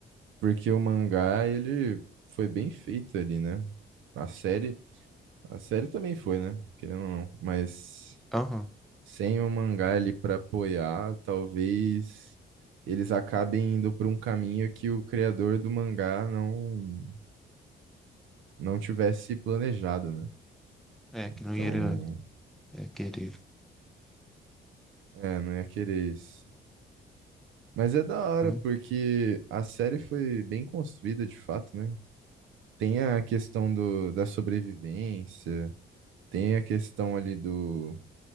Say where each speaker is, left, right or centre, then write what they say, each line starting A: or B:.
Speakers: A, on the right (about 80°); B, in the centre.
A: Porque o mangá, ele foi bem feito ali, né? A série, a série também foi, né? Querendo ou não, mas
B: Aham.
A: sem o mangá ali pra apoiar, talvez eles acabem indo por um caminho que o criador do mangá não não tivesse planejado, né?
B: É, que
A: Então,
B: não ia é, querer.
A: é, não ia querer isso. Mas é da hora,
B: Hum,
A: porque a série foi bem construída de fato, né? Tem a questão do, da sobrevivência, Tem a questão ali do